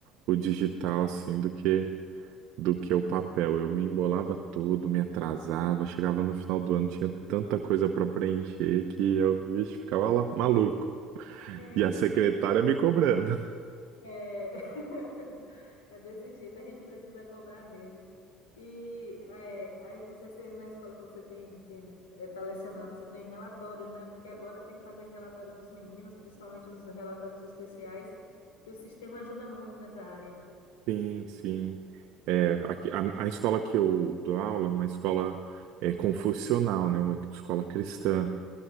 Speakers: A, on the right; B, on the left.
A: o digital, assim, do que, do que o papel. Eu me embolava todo, me atrasava, chegava no final do ano, tinha tanta coisa pra preencher que eu, vixe, ficava lá, maluco.
B: <laughs> Aí
A: E a secretária
B: eu
A: me cobrando.
B: É, <laughs> é desse jeito, a gente precisa cobrar mesmo. E é, aí, não sei se na escola que você tem, que está lecionando, você tem relatórios, né? Porque agora tem que fazer relatório dos meninos, principalmente os relatórios especiais, e o sistema ajuda muito nessa área.
A: Sim, sim. É, aqui, a, a escola que eu dou aula é uma escola é, confucional, né? Uma escola cristã.